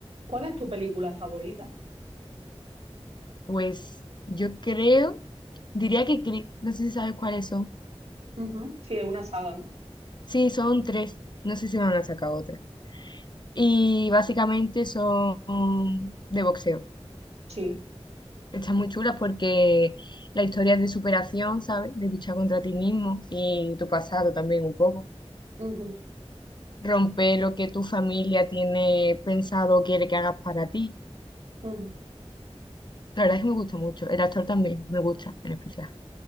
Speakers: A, on the right; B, on the left.
A: ¿Cuál es tu película favorita?
B: Pues yo creo, diría que cri- no sé si sabes cuáles son.
A: Ujú, Sí, es una saga, ¿no?
B: Sí, son tres. No sé si van a sacar otra. Y básicamente son de boxeo.
A: Sí.
B: Están muy chulas porque la historia es de superación, ¿sabes? De luchar contra ti mismo y tu pasado también un poco.
A: ujú,
B: Romper lo que tu familia tiene pensado o quiere que hagas para ti.
A: ujú.
B: La verdad es que me gusta mucho. El actor también me gusta, en especial.